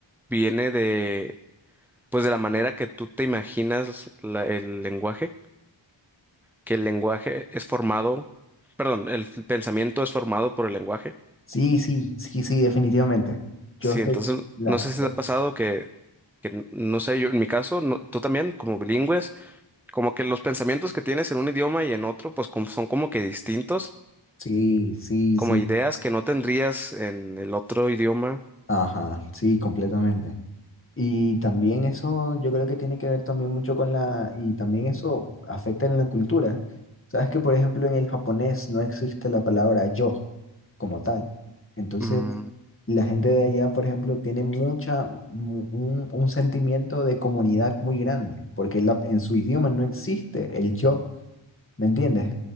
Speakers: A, in the centre; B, on the left (about 25°).
A: viene de, pues de la manera que tú te imaginas la- el lenguaje, que el lenguaje es formado, perdón, el f- pensamiento es formado por el lenguaje.
B: Sí, sí, sí, sí, definitivamente. Yo
A: Sí,
B: estoy
A: entonces
B: la
A: no
B: creo.
A: sé si te ha pasado que, que n- no sé, yo en mi caso, no- tú también, como bilingües. como que los pensamientos que tienes en un idioma y en otro, pues como- son como que distintos,
B: Sí, sí,
A: como
B: sí.
A: ideas que no tendrías en el otro idioma.
B: Ajá, sí, completamente. Y también eso, yo creo que tiene que ver también mucho con la, y también eso afecta en la cultura. Sabes que, por ejemplo, en el japonés no existe la palabra yo como tal. Entonces,
A: Mm,
B: la gente de allá, por ejemplo, tiene mucha, mu- un, un sentimiento de comunidad muy grande, porque en la- en su idioma no existe el yo. ¿Me entiendes?